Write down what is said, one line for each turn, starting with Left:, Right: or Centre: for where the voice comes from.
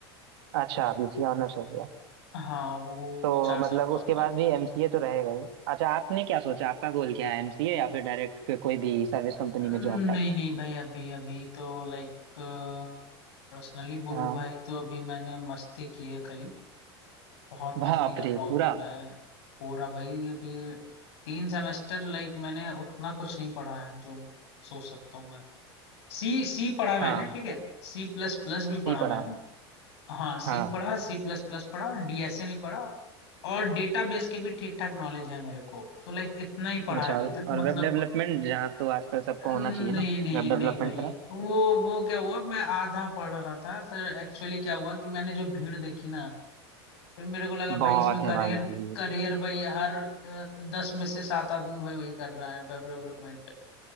Right: अच्छा बीसीए ऑनर्स हो गया
Left: हाँ वो
Right: तो
Left: वो चार साल
Right: मतलब
Left: का
Right: उसके
Left: होता
Right: बाद
Left: है
Right: भी एमसीए तो रहेगा ही अच्छा आपने क्या सोचा आपका गोल क्या है एमसीए या फिर डायरेक्ट कोई भी सर्विस कंपनी में
Left: नहीं
Right: जॉब टाइप
Left: नहीं भाई अभी अभी तो लाइक पर्सनली बोलूं
Right: हाँ
Left: भाई तो अभी मैंने मस्ती की है खाली बहुत मस्ती
Right: बाप
Left: कर
Right: रे
Left: रहा हूँ
Right: पूरा
Left: अभी मैं पूरा भाई अभी तीन सेमेस्टर लाइक मैंने उतना कुछ नहीं पढ़ा है जो सोच सकता हूँ मैं सी सी पढ़ा मैंने
Right: हाँ
Left: ठीक है सी प्लस प्लस भी पढ़ा
Right: सी पढ़ा
Left: मैंने हाँ सी
Right: हाँ
Left: पढ़ा सी प्लस प्लस पढ़ा डीएसए नहीं पढ़ा और डेटाबेस के भी ठीक ठाक नॉलेज है मेरे को तो लाइक इतना ही पढ़ा
Right: अच्छा
Left: है अभी
Right: और,
Left: तक
Right: और
Left: मतलब
Right: वेब डेवलपमेंट जहाँ तो आजकल सबको
Left: नहीं
Right: होना चाहिए ना
Left: नहीं
Right: वेब
Left: नहीं
Right: डेवलपमेंट
Left: भाई वो वो क्या हुआ मैं आधा पढ़ रहा था फिर एक्चुअली क्या हुआ कि मैंने जो भीड़ देखी ना फिर मेरे को लगा
Right: बहुत
Left: भाई इसमें
Right: है
Left: करियर
Right: भाई जी
Left: करियर भाई हर अ, दस में से सात आदमी भाई वही कर रहा है वेब डेवलपमेंट